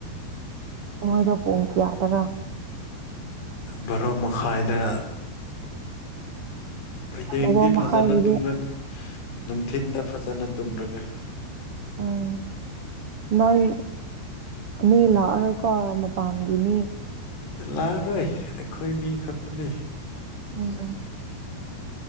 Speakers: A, on the right (about 65°); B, on the left (about 75°).
A: ꯃꯣꯢꯗꯣ ꯄꯨꯡ ꯀꯌꯥꯗꯔꯥ
B: ꯚꯔꯣ ꯃꯈꯥꯏꯗ ꯍꯌꯦꯡꯗꯤ
A: ꯑꯣ ꯕꯔꯣ ꯃꯈꯥꯏꯒꯤꯗꯤ
B: ꯐꯖꯅ ꯇꯨꯝꯂꯅꯤ ꯅꯨꯡꯊꯤꯟꯗ ꯐꯖꯅ ꯇꯨꯝꯂꯒ <unintelligible>
A: ꯎꯝ ꯅꯣꯏ ꯃꯤ ꯂꯥꯛꯑꯔꯣꯏꯀꯣ ꯃꯄꯥꯟꯒꯤ ꯃꯤ
B: ꯂꯥꯛꯑꯔꯣꯏ ꯑꯩꯈꯣꯏ ꯃꯤ ꯈꯛꯇꯅꯦ
A: ꯎꯝ ꯎꯝ